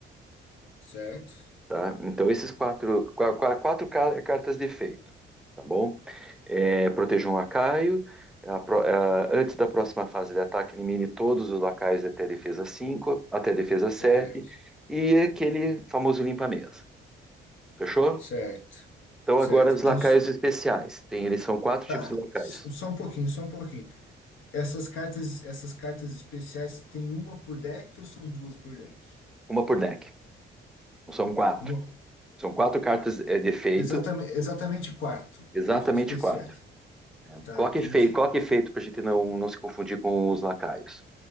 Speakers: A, on the left; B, in the centre.
A: certo,
B: tá? Então, esses quatro, qua- qua- quatro ca- cartas de efeito, tá bom? É, proteja um lacaio. A pro- a- antes da próxima fase de ataque, elimine todos os lacaios até defesa 5, até defesa sete
A: certo,
B: e aquele famoso limpa-mesa. Fechou?
A: certo,
B: Então,
A: certo.
B: agora os
A: Então,
B: lacaios
A: s-
B: especiais. Tem, eles são quatro
A: tá,
B: tipos de lacaios,
A: s- só um pouquinho, só um pouquinho. Essas cartas, essas cartas especiais tem uma por deck ou são duas por deck?
B: uma por deck. São quatro.
A: Uma,
B: São quatro cartas é, de efeito,
A: exatamente, exatamente quatro
B: exatamente
A: eh, especiais.
B: quatro.
A: Tá,
B: Coloca
A: entendi.
B: efeito, coloca efeito pra gente não, não se confundir com os lacaios,